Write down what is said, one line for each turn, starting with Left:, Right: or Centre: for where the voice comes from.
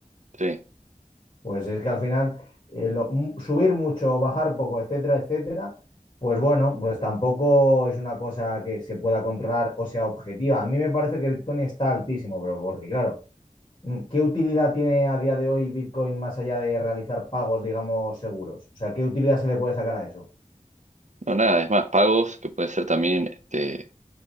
Right: sí.
Left: Pues es que al final eh, lo- mu- subir mucho o bajar poco, etcétera, etcétera, pues bueno, pues tampoco es una cosa que se pueda controlar o sea objetiva. A mí me parece que Bitcoin está altísimo, pero porque claro, mm, ¿qué utilidad tiene a día de hoy Bitcoin más allá de realizar pagos, digamos, seguros? O sea, ¿qué utilidad se le puede sacar a eso?
Right: No, nada, es más, pagos que puede ser también este,